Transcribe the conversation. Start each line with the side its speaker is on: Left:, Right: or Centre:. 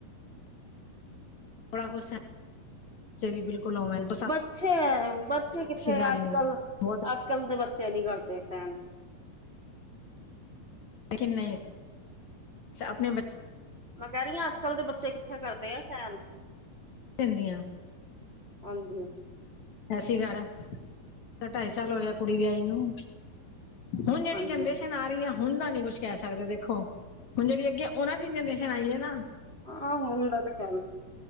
Left: ਥੋੜਾ ਕੁਛੱਚੇ ਵੀ ਬਿਲਕੁ ਹੋ ਮਿਲ, <unintelligible>
Right: ਬੱਚੇ, ਬੱਚੇ ਕਿੱਥੇ
Left: ਗੱਲ
Right: ਅੱਜ-ਕੱਲ,
Left: ਨਹੀਂ ਬਹੁਤ
Right: ਅੱਜ-ਕੱਲ ਦੇ ਬੱਚੇ ਨੀ ਕਰਦੇ ਸਹਿਨ।
Left: ਲੇਕਿਨ ਨਹੀਂ, ਆਪਣੇ ਬੱਚੇ
Right: ਮੈਂ ਕਹਿ ਰਹੀ ਆਂ ਅੱਜ-ਕੱਲ੍ਹ ਦੇ ਬੱਚੇ ਕਿੱਥੇ ਕਰਦੇ ਆ ਸਹਿਨ?
Left: ਪੈਂਦੀਆਂ, <unintelligible>
Right: ਹਾਂਜੀ।
Left: ਐਸੀ ਕਰ ਢਾਈ ਸਾਲ ਹੋ ਗਿਆ, ਕੁੜੀ ਵਿਆਹੀ ਨੂੰ <inaudible> ਹੁਣ ਜਿਹੜੀ
Right: ਹਾਂਜੀ
Left: ਜਨਰੇਸ਼ਨ ਆ ਰਹੀ ਹੈ ਹੁਣ ਦਾ ਨੀ ਕੁਛ ਕਹਿ ਸਕਦੇ ਦੇਖੋ, ਹੁਣ ਜਿਹੜੀ ਅੱਗੇ ਉਹਨਾਂ ਦੀ ਜਨਰੇਸ਼ਨ ਆਈ ਹੈ ਨਾ।
Right: ਆਹ ਹੁੰਦਾ ਤੇ ਖਿਆਲ